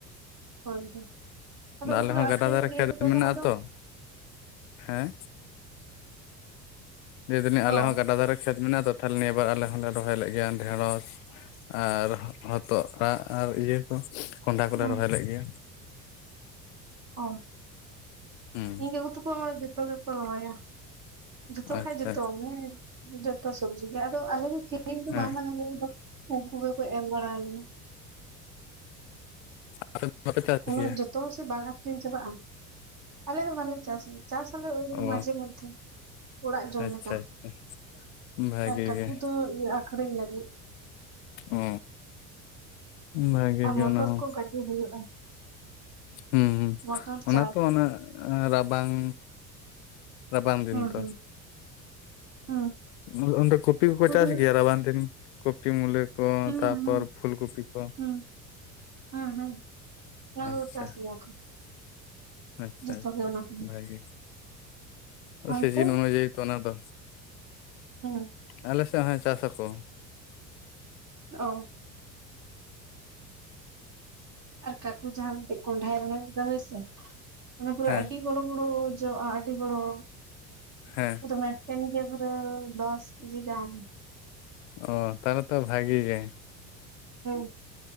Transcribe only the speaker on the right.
ᱦᱳᱭ ᱦᱳᱭ᱾ ᱟᱫᱚ ᱩᱱᱠᱩ
ᱫᱚ
ᱟᱠᱷᱨᱤᱧ
ᱞᱟᱹᱜᱤᱜ
ᱦᱚᱸᱠᱚ ᱪᱟᱥᱟ
ᱟᱫᱚ᱾
ᱚ
ᱦᱩᱸ
ᱚ᱾
ᱤᱧ ᱠᱟᱠᱩ ᱛᱟᱠᱚ ᱡᱚᱛᱚ ᱜᱮᱠᱚ ᱨᱚᱦᱚᱭᱟ᱾ ᱡᱚᱛᱚ
ᱠᱷᱟᱡ ᱡᱚᱛᱚᱜᱮ, ᱡᱚᱛᱚ ᱥᱚᱵᱽᱡᱤ ᱜᱮ ᱟᱫᱚ ᱟᱞᱮ ᱫᱚ ᱠᱤᱨᱤᱧ ᱫᱚ
ᱵᱟᱝ ᱞᱟᱜᱟᱣ ᱞᱮᱭᱟ <unintelligible> ᱩᱝᱠᱩ ᱜᱮᱠᱚ ᱮᱢ ᱵᱟᱲᱟᱣᱟᱞᱮᱭᱟ᱾
ᱩᱱᱟᱹᱜ
ᱡᱚᱛᱚ ᱥᱮ ᱵᱟᱝ ᱟᱠᱷᱨᱤᱧ ᱪᱟᱵᱟᱜᱼᱟ᱾ ᱟᱞᱮ ᱫᱚ ᱵᱟᱞᱮ ᱪᱟᱥ ᱜᱮᱭᱟ᱾ ᱪᱟᱥ ᱟᱞᱮ ᱳᱭ
ᱢᱟᱡᱷᱮ ᱢᱚᱫᱽᱫᱷᱮ, ᱚᱲᱟᱜ ᱡᱚᱢ
ᱞᱮᱠᱟ᱾
ᱟᱨ ᱠᱟᱠᱩ
ᱫᱚ ᱤᱭᱟᱹ ᱟᱠᱷᱨᱤᱧ ᱞᱟᱹᱜᱤᱫ᱾
ᱟᱨ
ᱢᱚᱴᱚᱨ
ᱠᱚ ᱜᱟᱡᱮ ᱦᱩᱭᱩᱜᱼᱟ᱾
ᱢᱚᱴᱚᱨ
ᱪᱟᱥ
ᱦᱩᱸ
ᱦᱩᱸ, ᱦᱩᱸ᱾
ᱯᱩᱨᱟᱹ
ᱦᱩᱸ
ᱦᱩᱸ
ᱦᱩᱸ ᱦᱩᱸ ᱦᱩᱸ ᱚᱱᱟ
ᱠᱚ ᱪᱟᱥ ᱜᱮᱭᱟ ᱠᱚ
ᱡᱚᱛᱚ ᱜᱮ
ᱚᱱᱟ ᱠᱚᱫᱚ
ᱚᱱᱛᱮ
ᱦᱩᱸ᱾
ᱚ᱾ ᱟᱨ ᱠᱟᱠᱩ ᱡᱟᱦᱟᱸ ᱢᱤᱫᱴᱮᱡ ᱠᱚᱸᱰᱟᱭ ᱨᱚᱦᱚᱭ ᱞᱮᱫᱟ ᱦᱳᱭ ᱥᱮ, ᱚᱱᱟ ᱯᱩᱨᱟᱹ
ᱟᱹᱰᱤ ᱵᱚᱲᱚ ᱵᱚᱲᱚ ᱡᱚᱜ-ᱟ ᱟᱹᱰᱤ ᱵᱚᱲᱚ᱾
ᱯᱩᱨᱟᱹ ᱢᱮᱜᱴᱮᱱ ᱜᱮ ᱯᱩᱨᱟᱹ ᱫᱚᱥ ᱠᱤᱡᱤ ᱜᱟᱱ᱾
ᱦᱮᱸ